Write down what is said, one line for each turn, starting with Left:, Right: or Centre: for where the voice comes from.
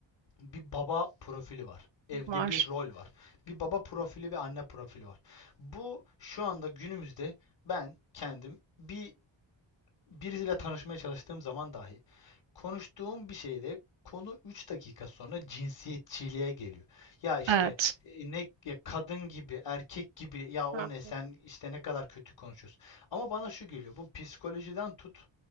Left: bir baba profili var. Evde
Right: var.
Left: bir rol var. Bir baba profili ve anne profili var. Bu şu anda günümüzde ben kendim bir birisiyle tanışmaya çalıştığım zaman dahi konuştuğum bir şeyde konu 3 dakika sonra cinsiyetçiliğe geliyor. Ya işte
Right: Evet.
Left: e, ne ya kadın gibi, erkek gibi ya o
Right: Hı.
Left: ne sen işte ne kadar kötü konuşuyorsun. Ama bana şu geliyor. Bu psikolojiden tut